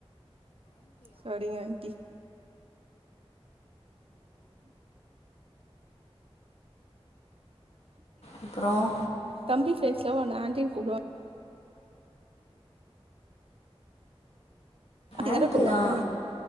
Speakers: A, on the right; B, on the left.
A: செரிங்க ஆன்ட்டி
B: அப்புறம்
A: <inaudible> தம்பி <inaudible> <unintelligible> டி
B: ஆன்ட்டி
A: தான கூப்டுவாங்க
B: தான்